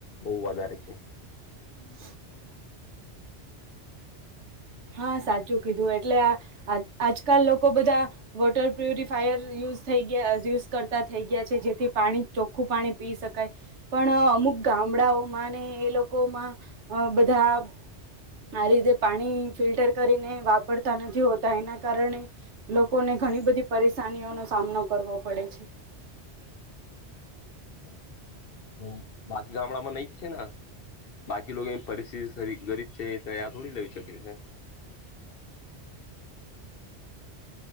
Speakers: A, on the left; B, on the right.
A: બહુ વધારે છે
B: <unintelligible> હા સાચું કીધું એટલે આજકાલ લોકો બધા વોટર પ્યુરિફાયરય ય કરતા થ ગયા છે જેથી પાણી ચોખ્ખું પાણી પી શકાય પણ અમુક ગામડાઓમાં ને એ લોકોમાં બધા આ રીતે પાણી ફિલ્ટર કરીને વાપરતા નથી હોતા એના કારણે લોકોને ઘણી બધી પરેશાનીઓનો સામનો કરવો પડે છે
A: <inaudible> બ બાકી ગામડામાં નઈ જ છે ને બાકી ની પરિસ્થિતિ ગરીબ છે એ આ થોડી લે શકે છે <inaudible>